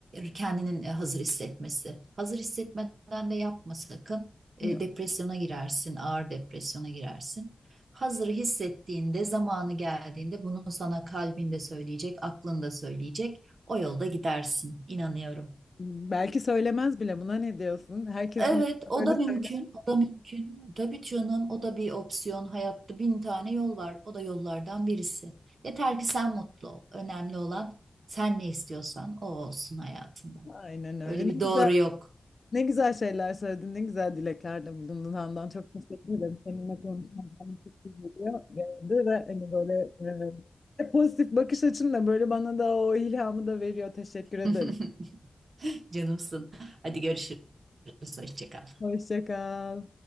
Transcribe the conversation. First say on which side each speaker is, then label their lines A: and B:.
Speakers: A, on the right (about 65°); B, on the left (about 40°).
A: kendinin e, hazır hissetmesi. Hazır hissetmeden de yapma sakın. E,
B: Yok.
A: depresyona girersin, ağır depresyona girersin. Hazır hissettiğinde, zamanı geldiğinde bunu sana kalbinde söyleyecek, aklında söyleyecek. O yolda gidersin, inanıyorum.
B: Belki söylemez bile. Buna ne diyorsun? Herkesin
A: Evet,
B: <laughs> ilk
A: o
B: böyle
A: da mümkün,
B: söyler
A: o da mümkün. Tabii canım, o da bir opsiyon. Hayatta bin tane yol var, o da yollardan birisi. Yeter ki sen mutlu ol. Önemli olan sen ne istiyorsan o olsun hayatında.
B: mi? Aynen öyle.
A: Böyle bir
B: Ne güzel.
A: doğru yok.
B: Ne güzel şeyler söyledin, ne güzel dileklerde bulundun Handan. Çok teşekkür ederim. Seninle konuşmak bana çok iyi geliyor geldi ve hani böyle e, hep pozitif bakış açınla böyle bana da o ilhamı da veriyor. Teşekkür ederim.
A: <laughs> Canımsın. Hadi görüşürüz, hoşça kal.
B: Hoşça kal.